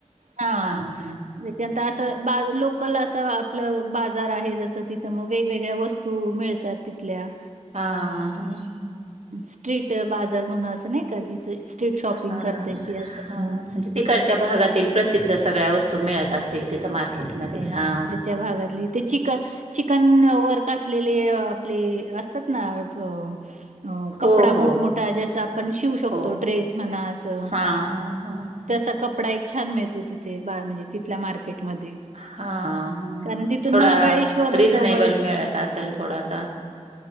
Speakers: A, on the right; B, on the right.
A: हां,
B: हा हं
A: असं बा लोकल असं आपलं बाजार आहे जसं तिथं मग वेगवेगळ्या वस्तू वस्तू मिळतात तिथल्या.
B: हा हं.
A: स्ट्रीट बाजार म्हणून असं नाही का जिच स्ट्रीट शॉपिंग
B: हां.
A: करताय ती असं
B: हां,
A: हं
B: म्हणजे तिकडच्या भागातील प्रसिद्ध सगळ्या वस्तू मिळत असतील तिथं मार्केटमध्ये हा.
A: त्या भागातली ते चिकन चिकन वर्क असलेले आपले असतात ना? अ अ कपडा
B: हो, हो,
A: मोठमोठा ज्याचा आपण शिवू शकतो
B: हो.
A: ड्रेस म्हणा असं
B: हां, हां,
A: तसा कपडा एक छान मिळतो तिथे बा म्हणजे तिथल्या मार्केटमध्ये.
B: हा ह
A: कारण तिथून
B: थोडा
A: महाबळेश्वर
B: रिझनेबल
A: जवळ
B: मिळत असेल थोडासा.